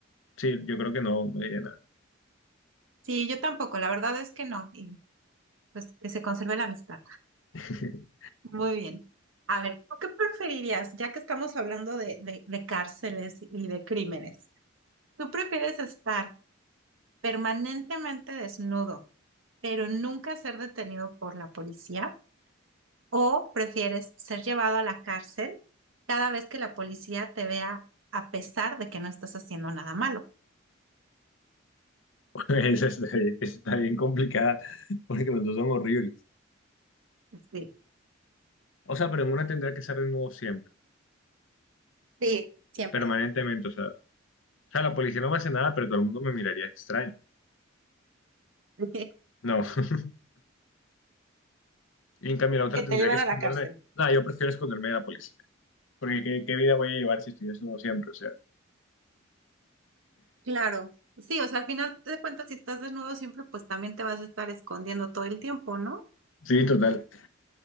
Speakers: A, on the left; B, on the right.
A: sí, yo creo que no, no diría nada.
B: sí, yo tampoco, la verdad es que no, y pues que se conserve la amistad.
A: <laughs>
B: Muy bien. A ver, ¿tú qué preferirías, ya que estamos hablando de, de, de cárceles y de crímenes? ¿Tú prefieres estar permanentemente desnudo, pero nunca ser detenido por la policía? ¿O prefieres ser llevado a la cárcel cada vez que la policía te vea a pesar de que no estás haciendo nada malo?
A: Esa está bien, esa está bien complicada, porque los dos son horribles.
B: Sí,
A: O sea, pero en una tendría que estar de nuevo siempre,
B: Sí, siempre.
A: permanentemente. O sea, o sea, la policía no me hace nada, pero todo el mundo me miraría extraño.
B: <laughs> que
A: No. <laughs> Y en cambio la otra
B: te
A: tendría
B: lleven
A: que esconderme.
B: a la cárcel.
A: Nada, yo prefiero esconderme de la policía. Porque ¿qué, qué vida voy a llevar si estoy desnudo siempre? O sea,
B: Claro, Sí, o sea, al final de cuentas, si estás desnudo siempre, pues también te vas a estar escondiendo todo el tiempo, ¿no?
A: sí, total.